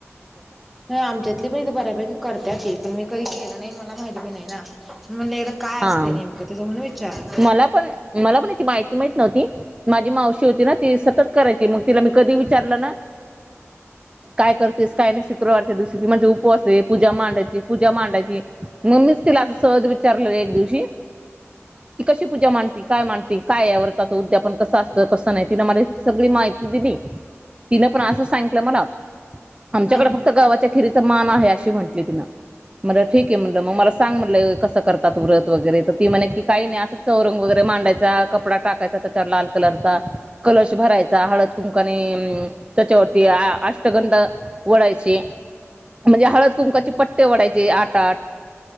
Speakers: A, in the centre; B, on the right.
A: आमच्यातले पण इथे बऱ्यापैकी करत्यात ते पण मी कधी केलं नाही मला माहित बी नाही ना म्हणलं एकला काय
B: हा
A: असतंय नेमकं त्याच म्हनूण विचारलं
B: मला पण मला पण याची माहिती माहीत नव्हती माझी मावशी होती ना ती सतत करायची मग तिला मी कधी विचारलं ना काय करतेस काय नाही शुक्रवारच्या दिवशीची म्हणजे उपवास आहे पूजा मांडायची पूजा मांडायची मग मी असं सहज विचारलं एक दिवशी की कशी पूजा मांडती काय मांडवी काय या व्रताच उद्यापन कसं असतं कसं नाही ति मला सगळी माहिती दिली तिन पण अस सांगित मला आमच्याकडे
A: हा.
B: फक्त गावा खीरीचा मान आहे म्हट ति म्ह ठीक आहे म्ह म मला सांग म्हट कस करतात व्रत वगैरे तर ती म्ह कि काही नाही असं चौरंग वगैरे मांडायचा कपडा टाकायचा त्याच्यावर लाल कलरचा कलश भरायचा हळद कुंकाने त्याच्यावरती अष्टगंधा वढायची म्हणजे हळद कुंकाचे पट्टे वढायचे आठ आठ